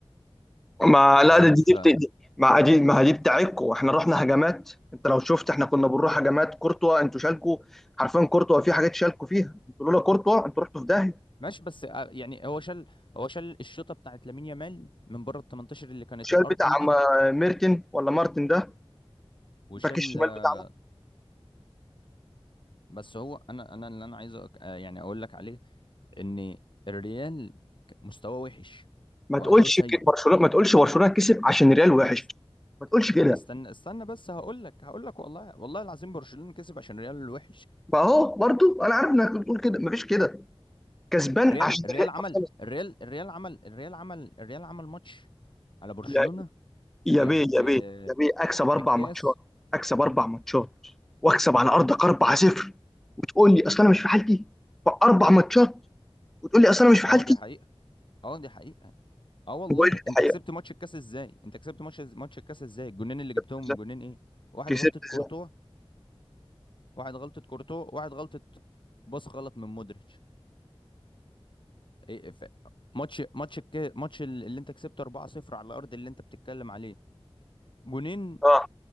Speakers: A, in the centre; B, on the left.
A: ما لا
B: فاهم
A: ده دي
B: فماشي
A: دي, بت... دي ما دي ما دي بتاعتكوا احنا رحنا هجمات انت لو شفت احنا كنا بنروح هجمات كورتوا انتوا شالكوا حرفيا كورتوا في حاجات شالكوا فيها انتوا لولا كورتوا انتوا رحتوا في داهيه
B: بس آه، يعني هو شال هو شال الشوطه بتاعت لامين يامال من بره ال 18 اللي كانت
A: شال
B: الار
A: بتاع
B: 2 دي
A: ما- ميرتن ولا مارتن ده
B: وشال
A: باك الشمال
B: آه،
A: بتاعنا
B: بس هو انا انا اللي انا عايز أك- آه، يعني اقول لك عليه ان الريال ك- مستواه وحش
A: ما
B: واداؤه
A: تقولش
B: سيء
A: ك- برشلونه ما تقولش برشلونه كسب عشان ريال وحش
B: است-
A: ما تقولش كده
B: استنى استنى بس هقول لك هقول لك والله والله العظيم برشلونه كسب عشان الريال وحش
A: ما هو برضو انا عارف انك بتقول كده ما فيش كده كسبان
B: الريال
A: عشان
B: الريال
A: الريال
B: عمل
A: طب خلاص.
B: الريال الريال عمل الريال عمل الريال عمل ماتش على برشلونه
A: يا يا
B: في
A: بيه
B: في
A: يا بيه يا بيه اكسب اربع
B: في الكاس
A: ماتشات اكسب اربع ماتشات واكسب على ارضك 4-0 تقول لي اصل انا مش في حالتي في اربع ماتشات وتقول لي اصل انا مش في حالتي
B: اه دي حقيقه اه دي حقيقه اه والله
A: وبقول لك دي
B: انت
A: حقيقه
B: كسبت ماتش الكاس ازاي انت كسبت ماتش ماتش الكاس ازاي الجونين اللي جبتهم
A: بالظبط.
B: جونين ايه واحد
A: كسبت
B: غلطة كورتوا
A: ازاي
B: واحد غلطة كورتوا واحد غلطة باص غلط من مودريتش ايه ف... ماتش ماتش الك... ماتش ال- اللي انت كسبت 4-0 على الارض اللي انت بتتكلم عليه جونين
A: اه